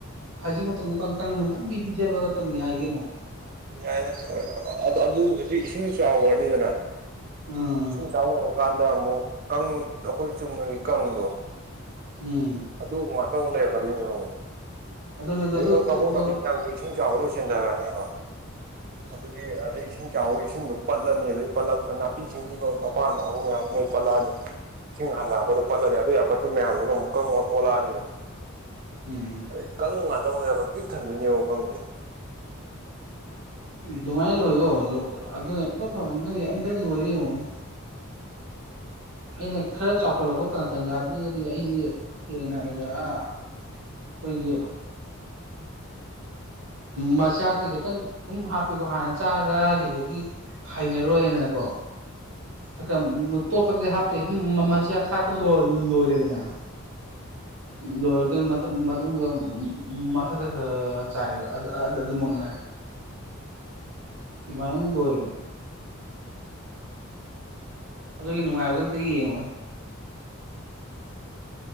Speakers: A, on the right (about 75°); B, on the right (about 40°).
A: ꯍꯥꯏꯖ ꯃꯇꯝꯗ ꯅꯨꯡ ꯄ ꯄꯤꯖꯕ ꯃꯇꯝꯅꯤ ꯌꯥꯏ ꯀꯩꯅꯣ
B: ꯌꯥꯏ ꯀ ꯑ ꯑꯗꯨ ꯍꯧꯖꯤꯛ ꯏꯁꯤꯡ ꯆꯥꯎꯈ꯭ꯔꯅꯤꯗꯅ
A: ꯎꯝ
B: ꯏꯁꯤꯡ ꯆꯥꯎꯈ꯭ꯔꯀꯥꯟꯗ ꯑꯃꯨꯛ ꯀꯥꯡ ꯑꯩꯈꯣꯏ ꯆꯨꯝꯅꯒꯤ ꯀꯥꯡꯗꯣ
A: ꯎꯝ
B: ꯑꯗꯨ ꯉꯥꯛꯇ ꯑꯃꯨꯛ ꯂꯩꯔꯛꯀꯗꯣꯏꯅꯦꯕ ꯑꯃꯨꯛ
A: ꯑꯗꯨꯅꯦ
B: ꯑꯗꯨ ꯅ ꯀꯥꯡꯕꯨ
A: ꯎꯝ
B: ꯅꯥꯄꯤꯗ ꯏꯁꯤꯡ ꯆꯥꯕ ꯂ ꯆꯦꯟꯊꯈ꯭ꯔꯅꯦꯕ ꯑꯗꯨꯒꯤ ꯑꯗꯩ ꯏꯁꯤꯡ ꯀꯍꯋ ꯏꯁꯤꯡꯗꯣ ꯄꯠꯂꯅꯤ ꯑꯗꯩ ꯄꯜꯂꯛꯄ ꯅꯥꯄꯤ ꯁꯤꯡꯕꯤꯕ ꯃꯄꯥꯟꯗ ꯍꯧꯕ ꯃꯌꯥꯝꯗꯣ ꯂꯣꯏ ꯄꯠꯂꯛꯑꯅꯤ ꯁꯤꯡ ꯍꯟꯅꯔꯛꯄꯗꯣ ꯄꯜꯂꯅꯤ ꯑꯗꯨ ꯑꯄꯠꯄ ꯃꯌꯥꯝꯗꯨꯅ ꯑꯃꯨꯛ ꯀꯥ ꯑꯣꯜꯂꯛꯑꯅꯤꯗꯅ
A: ꯎꯝ
B: ꯑꯗꯩ ꯀꯪ ꯉ ꯇꯧꯉꯔꯒ ꯄꯤꯛ ꯊꯟꯗꯣꯏꯅꯦꯕꯨꯛ ꯈꯪꯖꯦ
A: ꯑꯗꯨꯃꯥꯏꯅ ꯂꯣꯏꯌꯣ ꯑꯗꯨ ꯏꯐ ꯐꯕ ꯅꯪꯗꯤ ꯑꯝꯇ ꯂꯣꯏꯔ ꯌꯦꯡꯉꯨꯅꯦ ꯑꯩꯅ ꯈꯔ ꯆꯥꯎꯈꯠꯂꯛꯄ ꯇꯟꯖꯥꯗꯨꯗꯗꯤ ꯑꯩꯗꯤ ꯁꯦꯡꯅ ꯍꯥꯏꯔꯗ꯭ꯔ ꯀꯣꯏꯒꯤ ꯃꯆꯥꯛꯁꯤ ꯈꯤꯇꯪ ꯑꯗꯨꯝ ꯍꯥꯞꯄꯤꯀꯣ ꯍꯥꯟꯅ ꯆꯥꯈꯤꯕꯒꯤ ꯍꯩꯅꯔꯣꯏꯅꯀꯣ ꯈ ꯈ ꯇꯣꯠꯄꯗꯗꯤ ꯍꯥꯞꯇꯦ ꯃꯆꯥꯛ ꯊꯥꯛꯄ ꯂꯣꯏꯔꯦꯗꯅ <inaudible> ꯂꯣꯏꯔꯕꯗꯨ ꯃꯇꯨꯡꯗ ꯃꯊꯛꯇ ꯈ ꯆꯥꯏꯕ ꯑꯗꯨ ꯃꯉꯥꯏ ꯑꯗꯨꯃꯥꯏꯗ ꯑꯗꯨꯒꯤ ꯅꯨꯡꯉꯥꯏꯕꯗꯣ ꯑꯝꯇ ꯌꯦꯡꯉꯣ